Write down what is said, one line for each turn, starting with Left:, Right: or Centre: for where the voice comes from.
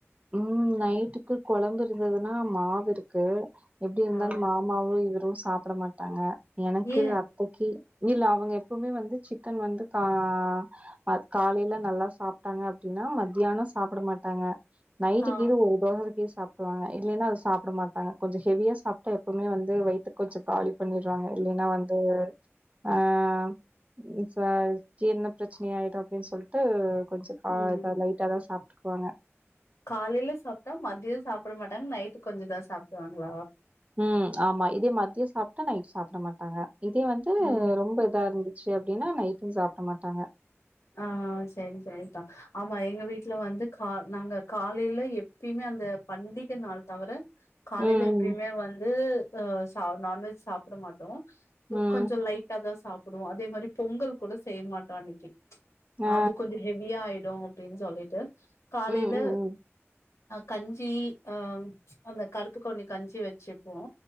Right: ம் நைட்டுக்கு கொழம்பு இருந்ததுன்னா மாவு இருக்கு எப்டி இருந்தாலு
Left: ஆ
Right: மா அம்மாவு இவுரு சாப்ட மாட்டாங்க எனக்கு
Left: ஏ
Right: ஓக்கே இல்ல அவுங்க எப்பமே வந்து சிக்கன் வந்து கா அ காலைல நல்லா சாப்ட்டாங்க அப்டின்னா மத்தியானோ சாப்புட மாட்டாங்க நைட்டுக்கு
Left: ஆ
Right: இது <unintelligible> சாப்ட்ருவாங்க இல்லேன்னா அது சாப்ட மாட்டாங்க கொஞ்சோ ஹெவியா சாப்ட்டா எப்பவுமே வந்து வயித்த கொஞ்சோ காலி செஞ்சுர்றாங்க இல்லேன்னா வந்து ஆ <unintelligible> ஜீரண பிரச்னை ஆயிடு அப்டின் சொல்ட்டு கொஞ்சோ கா
Left: ம்
Right: பா லைட் ட்டா சாப்ட்டுக்வாங்க
Left: காலைல சாப்ட்டா மதியோ சாப்ட மாட்டாங் நைட்டு் கொஞ்சோ தா சாப்டுவாங்ளா
Right: ம் ஆம்மா இதே மத்யோ சாப்ட்டா நைட்டு சாப்ட மாட்டாங்க இதே வந்து
Left: ம்
Right: ரொம்ப இதா இருந்து ச்சு அப்டின்னா நைட்டு சாப்ட மாட்டாங்க
Left: ஆ சரி சரிதா ஆம்மா எங்க வீட்ல வந்து கா நாங்க காலைல எப்பயுமே அந் த பண்டிக நாள் தவர காலைல
Right: ம்
Left: எப்பயுமே வந்து அ ச நான்வெஜ் சாப்ட மாட்டோ
Right: ம்
Left: கொ கொஞ்சோ லைட் டாதா சாப்புடுவோ அதே மாரி பொங்கல் கூட செய் மாட்டோ அன்னைக்கு
Right: ஆ
Left: அது கொஞ்சோ ஹெவியா ஆயிடு அப்டின் சொல்லிட்டு காலைல
Right: ம் ம் ம்
Left: கஞ்சி ஆ அந்த கருப்புக்கவுனி கஞ்சி வச்சுப்போ